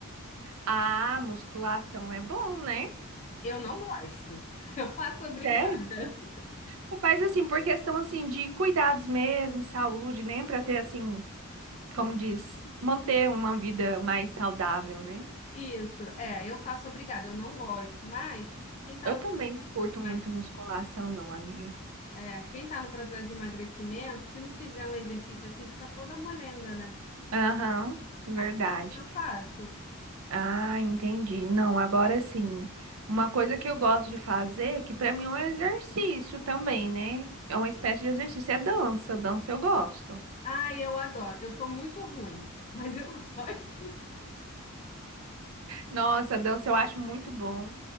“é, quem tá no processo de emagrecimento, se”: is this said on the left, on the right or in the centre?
Left